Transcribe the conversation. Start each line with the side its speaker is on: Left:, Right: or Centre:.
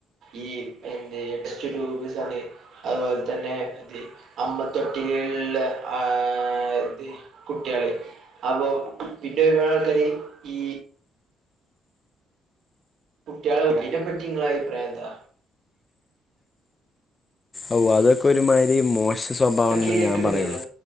Right: ഈ എന്തെ ടെസ്റ്റ്ട്യൂബ് വെച്ചങ്ങ്നെ അതുപോൽതന്നെ ദി അമ്മ തൊട്ടില്കലില് ആഹ് ദി കുട്ട്യാള് അപ്പൊ പിന്നെ ഒരുപാട് ആൾക്കാര് ഈ കുട്ട്യാളെ ഇട്ന്നെനെപറ്റിങ്ങളെ അഭിപ്രായെന്താ
Left: ഓഹ് അതൊക്കെ ഒര്മാരി മോശ സ്വഭാവാണ്‌ന്നെ
Right: കേൾക്കണില്ലല്ലോ
Left: ഞാൻ പറയൊള്ള്